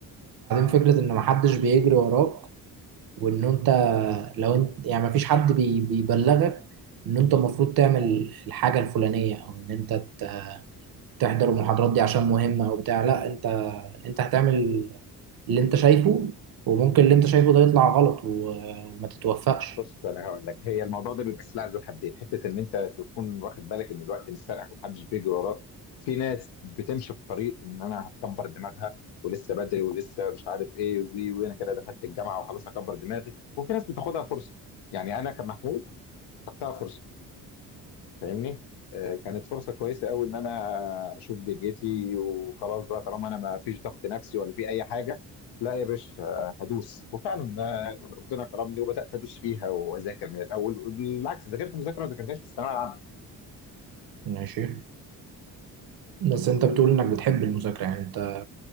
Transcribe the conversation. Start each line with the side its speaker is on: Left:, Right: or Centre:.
Right: فكرة إن محدش بيجري وراك وإن أنت لو أنت يعني مفيش حد بي بيبلغك إن أنت المفروض تعمل الحاجة الفلانية أو إن أنت ت- تحضر المحاضرات دي عشان مهمة او بتاع لا انت انت هتعمل اللي انت شايفه وممكن اللي انت شايفه ده يطلع غلط و... وما تتوفقش
Left: بص انا هقول لك هي الموضوع ده بيبقى سلاح ذو حدين حته ان انت تكون واخد بالك ان الوقت مش سارقك ومحدش بيجري وراك في ناس بتمشي في طريق ان انا هتكبر دماغها ولسه بدري ولسه مش عارف ايه وي وانا كده دخلت الجامعه وخلاص هكبر دماغي وفي ناس بتاخدها فرصه يعني انا كمحمود خدتها فرصه فاهمني آه، كانت فرصه كويسه قوي ان انا اشوف دنيتي وخلاص بقى طالما انا ما فيش ضغط نفسي ولا في اي حاجه لا يا باشا آه، هدوس وفعلا آه، ربنا كرمني وبدات ادوس فيها واذاكر من الاول بالعكس ذاكرت مذاكره ما ذاكرتهاش في الثانويه العامه
Right: ماشي بس انت بتقول انك بتحب المذاكرة يعني انت